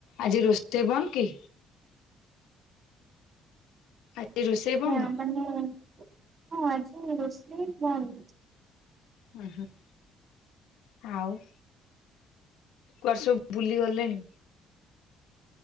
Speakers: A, on the left; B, on the right.
A: ଆଜି ରୋଷେଇ ବନ୍ଦ କି? ଆଜି ରୋଷେଇ
B: ଆଜ୍ଞା
A: ବନ୍ଦ?
B: ମାନେ ହଁ ଆଜି ରୋଷେଇ ବନ୍ଦ।
A: <unintelligible> ଆଉ କୁଆଡେ ସବୁ ବୁଲି ଗଲେଣି?